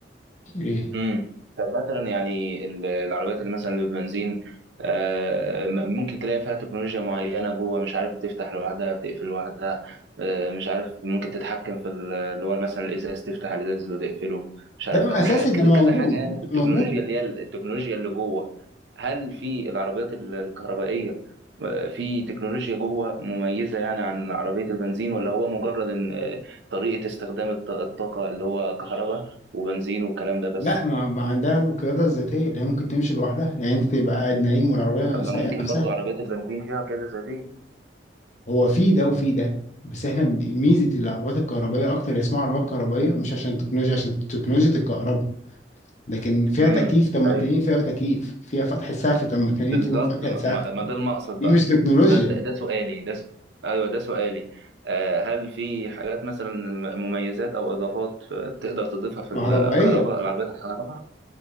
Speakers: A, on the left (about 40°); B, on the right (about 80°).
A: إيه
B: امم طب مثلا يعني ال- العربيات اللي مثلا اللي بالبنزين آه، م- ممكن تلاقي فيها تكنولوجيا معينة جوه مش عارف بتفتح لوحدها بتقفل لوحدها آه، مش عارف ممكن تتحكم في ال- اللي هو مثلا الإزاز تفتح الإزاز وتقفله مش عارف
A: ده
B: حاجات
A: أساسي ده
B: كده-
A: موجود
B: كذا حاجة يعني في التكنولوجيا
A: ده موجود
B: اللي هي ال- التكنولوجيا اللي جوه هل في العربيات ال- الكهربائية آه، في تكنولوجيا جوه مميزة يعني عن عربية البنزين ولا هو مجرد إن آه، طريقة استخدام الط- الطاقة اللي هو كهرباء وبنزين والكلام ده بس
A: لا ما ما عندها القيادة الذاتية اللي هي ممكن تمشي لوحدها يعني أنت تبقى قاعد نايم والعربية
B: لما
A: سايقة
B: ممكن
A: نفسها
B: برضو عربيات البنزين فيها كده زي دي
A: هو في ده وفي ده بس احنا ميزه العربيات الكهربائيه اكتر هي اسمها عربيات كهربائيه مش عشان التكنولوجيا عشان تكنولوجيا الكهرباء لكن فيها
B: امم
A: تكييف طب ما
B: ايوه
A: التانيين فيها تكييف فيها فتح سقف طب ما التانيين
B: بالظبط
A: فيهم فتح
B: ما,
A: سقف
B: ما ما ده المقصد
A: دي
B: بقى
A: مش تكنولوجيا
B: ده ده, ده سؤالي ده س... ايوه ده سؤالي آه هل في حاجات مثلا مميزات او اضافات آه، تقدر تضيفها في
A: كهربائيه
B: الكهرباء العربيات الكهرباء